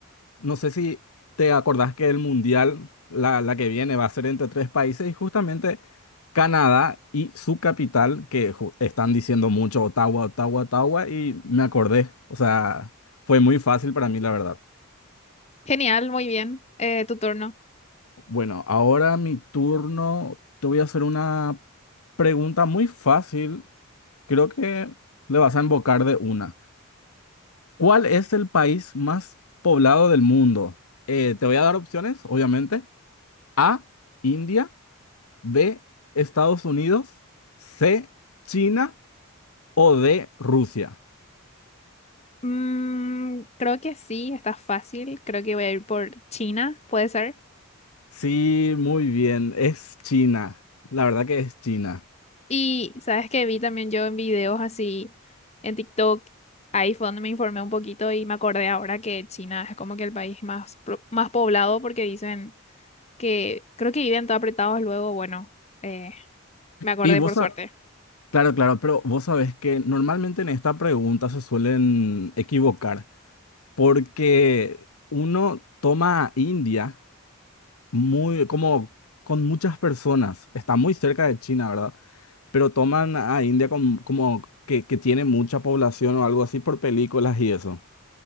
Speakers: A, on the left (about 80°); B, on the left (about 30°).
A: No sé si te acordás que el mundial, la, la que viene, va a ser entre tres países y justamente Canadá y su capital, que ju- están diciendo mucho Ottawa, Ottawa, Ottawa, y me acordé. O sea, fue muy fácil para mí, la verdad.
B: Genial, muy bien. Eh, tu turno.
A: Bueno, ahora mi turno, te voy a hacer una pregunta muy fácil. Creo que le vas a embocar de una. ¿Cuál es el país más poblado del mundo? Eh, te voy a dar opciones, obviamente. A, India. B, Estados Unidos, C, China o D, Rusia.
B: Mm, creo que sí, está fácil. Creo que voy a ir por China, puede ser.
A: Sí, muy bien, es China. La verdad que es China.
B: Y sabes que vi también yo en videos así en TikTok, ahí fue donde me informé un poquito y me acordé ahora que China es como que el país más, pro- más poblado porque dicen que creo que viven todos apretados luego. Bueno, eh, me acordé
A: Y vos,
B: por
A: sa-
B: suerte.
A: claro, claro, pero vos sabés que normalmente en esta pregunta se suelen equivocar porque uno toma a India muy, como con muchas personas, está muy cerca de China, ¿verdad? Pero toman a India con- como que, que tiene mucha población o algo así por películas y eso.